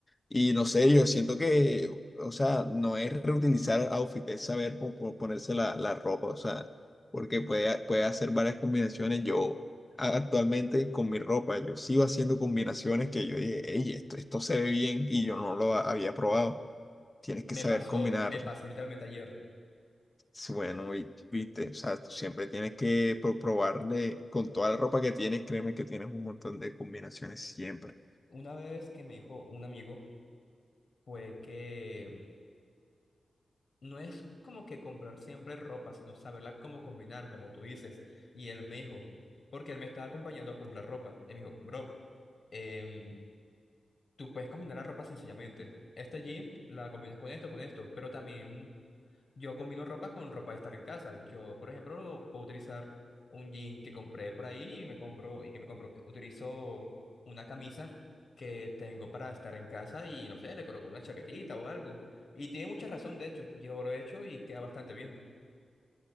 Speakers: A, on the left; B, on the left.
A: Y no sé, yo siento que, o sea, no es reutilizar outfit, es saber po- po- ponerse la, la ropa, o sea, porque puede, puede hacer varias combinaciones. Yo a- actualmente con mi ropa, yo sigo haciendo combinaciones que yo dije, hey, esto, esto se ve bien y yo no lo había probado. Tienes que
B: Me
A: saber
B: pasó,
A: combinar.
B: me pasó literalmente ayer.
A: Sí, Bueno, y, viste, o sea, tú siempre tienes que pro- probarle con toda la ropa que tienes, créeme que tienes un montón de combinaciones siempre.
B: Una vez que me dijo un amigo, fue que no es como que comprar siempre ropa, sino saberla cómo combinar, como tú dices. Y él me dijo, porque él me estaba acompañando a comprar ropa. Él me dijo, bro, em, tú puedes combinar la ropa sencillamente. Esta jean la combinas con esto, con esto, pero también yo combino ropa con ropa de estar en casa. Yo, por ejemplo, puedo utilizar un jean que compré por ahí y me compro, y que me compro, utilizo una camisa que tengo para estar en casa y no sé, le coloco una chaquetita o algo. Y tiene mucha razón, de hecho. Yo lo he hecho y queda bastante bien.